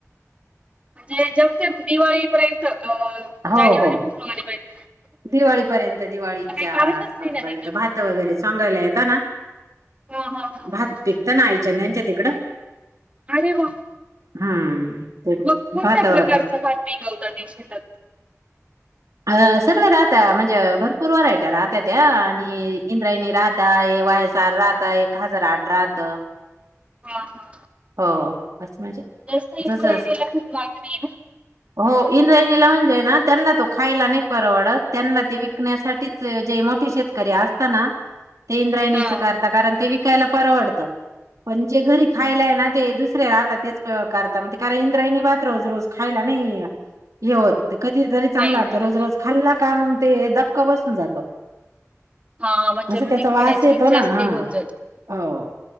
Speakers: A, on the right; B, on the right.
A: म्हणजे जग ते दिवाळीपर्यंत अं
B: हो
A: जानेवारी
B: हो
A: फेब्रुवारी प
B: दिवाळीपर्यंत दिवाळीच्या
A: कारणच
B: आसपासपर्यंत
A: नाही ना तिथं.
B: भात वगैरे सांगायला येत ना
A: हा हा हा. हा.
B: भात पिकता ना आईच्यांद्यांच्या तिकडं
A: अरे बाप
B: हम्म. ते
A: मग कोणत्या
B: भात
A: प्रकारचा
B: अ
A: भात पिकावता ते शेतात?
B: अ सर्व राहत. म्हणजे भरपूर वरायट राहत त्या. आणि इंद्रायणी राहत आहे. ते वाय एस आर राहता एक हजार आठ राहत.
A: हा हा.
B: हो म्हणजे
A: जास्त इंद्रायणीला
B: जस
A: खूप मागणी आहे ना.
B: हो इ लावून जाे ना त्यांना तो खायला नाही परवडत. त्यांना ती विकण्यासाठीच जे मोठी शेतकरी ते अस्तं नं? ते इंद्रायणीच
A: हा.
B: करता. कारण ते विकायला परवडतं पण जे घरी खायला
A: हम्म.
B: ना ते दुसरे राहता तेच करता. कारण इंद्रायणी बात रोज रोज खायला नाही हे होत. ते कधी तरी चांगला
A: नाही
B: वाटतो,
A: ना
B: रोज
A: नाही.
B: रोज खाल्ला का मग ते धबका बसून जातो.
A: हा म्हणजे
B: असं
A: मग
B: त्याचा
A: ते खाण्याची
B: वास येतो
A: इच्छा
B: ना
A: च
B: हा
A: निघुन जाती.
B: हो.